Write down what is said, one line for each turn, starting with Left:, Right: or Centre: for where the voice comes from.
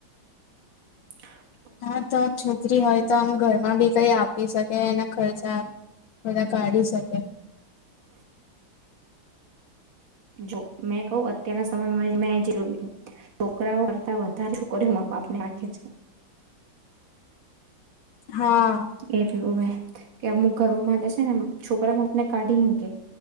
Right: <inaudible>
Left: હા તો છોકરી હોય તો આમ ગ માં બી કઈ આપી શકે એના ખર્ચા બધા કાઢી શકે.
Right: જો મેં કહું અત્યારના સમયમાં મેં જે છોકરાઓ કરતા વધારે છોકરીઓ મા બાપને રાખે છે.
Left: હા
Right: એટલું મે કે અમુક ઘરોમાં જશે ને છોકરામાં આપને કાઢી મૂકે